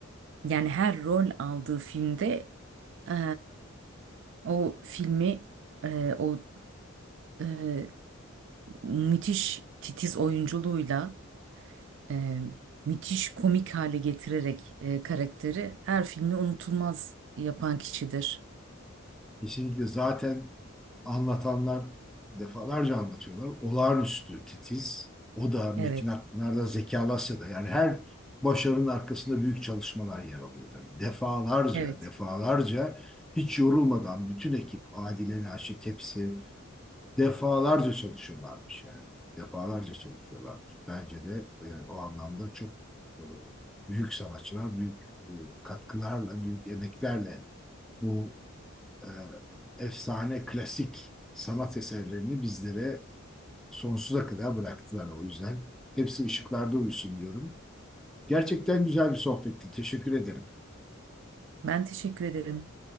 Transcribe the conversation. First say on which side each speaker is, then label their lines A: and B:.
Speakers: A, on the right (about 60°); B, in the centre.
A: yani her rol aldığı filmde e, o filmi e, o e, müthiş titiz oyunculuğuyla e, müthiş komik hale getirerek e, karakteri her filmi unutulmaz yapan kişidir.
B: Kesinlikle zaten anlatanlar defalarca anlatıyorlar. Olağanüstü titiz. O da Metin
A: Evet,
B: Akpınar'da Zeki Alasya'da yani her başarının arkasında büyük çalışmalar yer alıyor tabii. Defalarca,
A: evet.
B: defalarca hiç yorulmadan bütün ekip Adile Naşit hepsi Defalarca çalışıyorlarmış yani. Defalarca çalışıyorlarmış. Bence de e, o anlamda çok e, büyük sanatçılar, büyük e, katkılarla, büyük emeklerle bu e, efsane klasik sanat eserlerini bizlere sonsuza kadar bıraktılar. O yüzden hepsi ışıklarda uyusun diyorum. Gerçekten güzel bir sohbetti. Teşekkür ederim.
A: Ben teşekkür ederim.